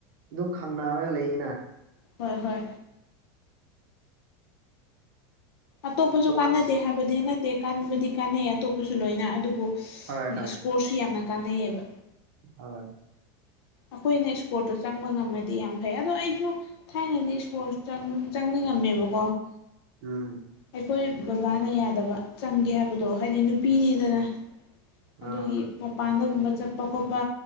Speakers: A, on the right; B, on the left.
A: ꯑꯗꯨꯝ ꯈꯪꯅꯔꯒ ꯂꯩꯌꯦꯅ
B: ꯍꯣꯏ ꯍꯣꯏ ꯑꯇꯣꯞꯄꯁꯨ
A: ꯏꯁꯄꯣꯔꯠꯁ
B: ꯀꯥꯟꯅꯗꯦ ꯍꯥꯏꯕꯗꯤ ꯅꯠꯇꯦ ꯀꯥꯟꯕꯨꯗꯤ ꯀꯥꯟꯅꯩꯌꯦ ꯑꯇꯣꯞꯄꯁꯨ ꯂꯣꯏꯅ ꯑꯗꯨꯕꯨ
A: ꯍꯣꯏ ꯍꯣꯏ
B: ꯏꯁꯄꯣꯔꯠꯁꯨ ꯌꯥꯝꯅ ꯀꯥꯟꯅꯩꯌꯦꯕ
A: ꯍꯣꯏ
B: ꯑꯩꯈꯣꯏꯅ ꯏꯁꯄꯣꯔꯠꯇꯣ ꯆꯪꯕ ꯉꯝꯃꯗꯤ ꯌꯥꯝ ꯐꯩ ꯑꯗꯣ ꯑꯩꯁꯨ ꯊꯥꯏꯅꯗꯤ ꯏꯁꯄꯣꯔꯠ ꯆꯪꯅꯤꯡꯉꯝꯃꯦꯕꯀꯣ
A: ꯎꯝ
B: ꯑꯩꯈꯣꯏ ꯕꯕꯥꯅ ꯌꯥꯗꯕ ꯆꯪꯒꯦ ꯍꯥꯏꯕꯗꯣ ꯍꯥꯏꯗꯤ ꯅꯨꯄꯤꯅꯤꯗꯅ ꯑꯗꯨꯒꯤ
A: ꯑꯥ
B: ꯃꯄꯥꯟꯗꯒꯨꯝꯕ ꯆꯠꯄ ꯈꯣꯠꯄ